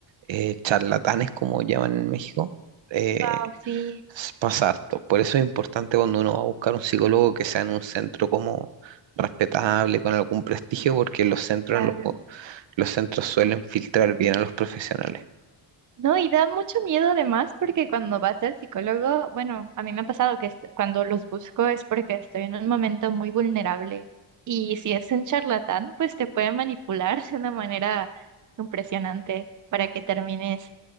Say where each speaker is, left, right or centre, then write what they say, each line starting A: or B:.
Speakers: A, on the right (about 65°); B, on the right (about 40°).
A: eh, charlatanes, como llaman en México. eh,
B: wow, sí,
A: s- pasa harto. Por eso es importante cuando uno va a buscar un psicólogo que sea en un centro como respetable, con algún prestigio, porque los centros
B: claro.
A: en los, los centros suelen filtrar bien a los profesionales.
B: No, y da mucho miedo además porque cuando vas al psicólogo, bueno, a mí me ha pasado que est- cuando los busco es porque estoy en un momento muy vulnerable y si es un charlatán, pues te puede manipular <laughs> de una manera impresionante para que termines